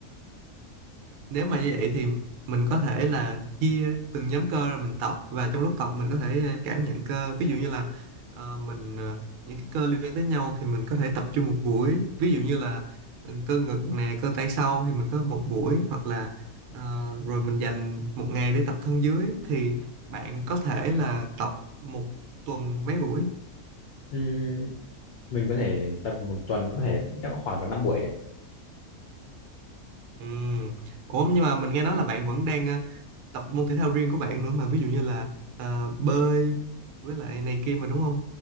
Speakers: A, on the right (about 75°); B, on the left (about 65°).
A: nếu mà như vậy thì mình có thể là chia từng nhóm cơ rồi mình tập và trong lúc tập mình có thể ờ, cảm nhận cơ ví dụ như là ờ, mình ờ, những cái cơ liên quan tới nhau thì mình có thể tập trung một buổi ví dụ như là ừ, cơ ngực nè cơ tay sau thì mình có một buổi hoặc là ờ, rồi mình dành một ngày để tập thân dưới thì bạn có thể là tập một tuần mấy buổi
B: Ừm, mình có thể tập một tuần có thể chắc khoảng tầm 5 buổi đấy
A: Ừm. Ủa nhưng mà mình nghe nói là bạn vẫn đang tập môn thể thao riêng của bạn nữa mà ví dụ như là à, bơi với lại này kia mà đúng không?